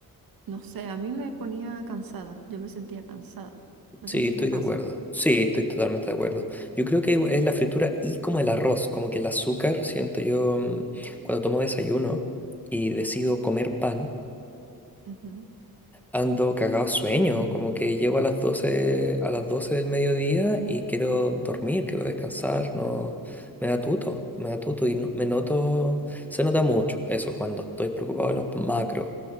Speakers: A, on the right; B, in the centre.
A: no sé, a mí me ponía cansada, yo me sentía cansada. No
B: Sí,
A: sé si
B: estoy
A: te pasa.
B: de acuerdo. Sí, estoy totalmente de acuerdo. Yo creo que es la fritura y como el arroz, como que el azúcar, siento yo, mm, cuando tomo desayuno y decido comer pan.
A: Ujú.
B: Ando cagado sueño, como que llego a las doce a las doce del mediodía y quiero dormir, quiero descansar, no, me da tuto, me da tuto y no- me noto, se nota mucho eso cuando estoy preocupado de los macros